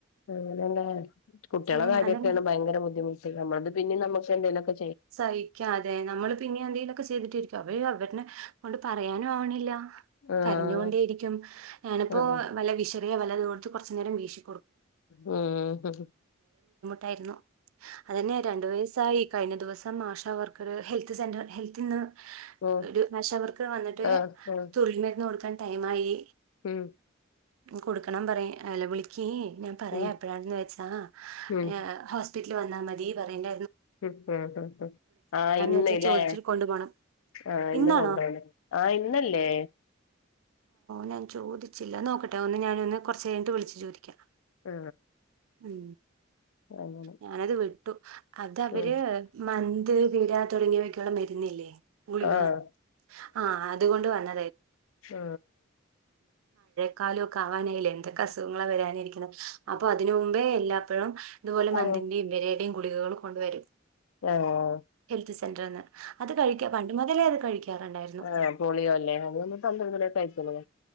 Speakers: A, on the left; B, on the right.
A: ആ അതാ കുട്ടികളെ
B: ഉം
A: കാര്യയൊക്കെയാണ്
B: അതന്നെ
A: ഭയങ്കര ബുദ്ധിമു സുഖം അത് പിന്നെ നമുക്ക് എന്തെങ്കിലൊക്കെ
B: സഹിക്കാം അതെ നമ്മള് പിന്നെ എന്തെങ്കിലുമൊക്കെ ചെയ്തിട്ടി ഇരിക്കും അവ അവരുടെ കൊണ്ട് പറയാനും ആവണില്ല
A: ആഹ്
B: കരഞ്ഞുകൊണ്ടേയിരിക്കും ഞാനിപ്പോ
A: ആഹ്
B: വല്ല വിഷറിയ വല്ലതോടുത്ത് കുറച്ച് നേരം വീക്ഷി
A: ഉം
B: തായിരുന്നു അതന്നെ രണ്ടു വയസ്സായി കഴിഞ്ഞ ദിവസ് സം ആഷ വർക്കർ ഹെൽത്ത് സെന്റർ ഹെൽത്തിന്ന്
A: ഉം
B: ഒരു നഷകർക്ക് വന്നിട്ട്
A: ആഹ് ആഹ്
B: തൊഴിൽ മരുന്ന് കൊടുക്കാൻ ടൈയിമായി
A: ഉം
B: കൊടുക്കണം പറ അല്ല വിളിക്കി ഞാൻ പറയാ
A: ഉം
B: എപ്പഴാണെന്ന് വെച്ചാ
A: ഉം
B: യേ ഹസ് പിറ്റിൽ വന്നാൽ മതി പറണ്ട
A: <unintelligible> ആ ഇന്ന്
B: വെച്ചാൽ ചോദിച്ചിട്ട്
A: ലേ
B: കൊണ്ടു പോണം
A: ആ ഇന്ന്
B: ഇന്നാണോ
A: കൊണ്ടോണ്ട് ആ ഇന്നല്ലേ
B: ഞാൻ ചോദിച്ചില്ല നോക്കട്ടെ ഒന്ന് ഞാന് ഒന്ന് കുറച്ച് കഴിഞ്ഞിട്ട് വിളിച്ചു ചോദിക്കാം
A: ആ
B: ഉം
A: അങ്ങനെ
B: ഞാനത് വിട്ടു അത് അവര്
A: ഉം
B: <unintelligible> തുടങ്ങിയവക്കുള്ള മരുന്നില്ലേ ഗുളിക
A: ആഹ്
B: ആ അതുകൊണ്ട് വന്ന്
A: ഓ
B: ക്കാലൊക്കെ ആവാനായില്ലേ എന്തൊക്കെ അസുഖങ്ങള വരാനിരിക്കണം അപ്പൊ അതിന് മുമ്പേ എല്ലാപ്പോഴും ഇതുപോലെ
A: ആഹ്
B: അതിൻ്റെയും വിരയുടെയും ഗുളികകൾ കൊണ്ടുവരും
A: ആഹ്
B: ഹെൽത്ത് സെന്റർന്ന് അത് കഴിക്കാ പണ്ട് മുതലേ അത് കഴിക്കാറുണ്ടായിരുന്നു
A: ആഹ് പോളിയോ അല്ലേ അത് നമ്മൾ പന്ത്രണ്ട് മണിയൊക്കെ കഴിക്കണതാ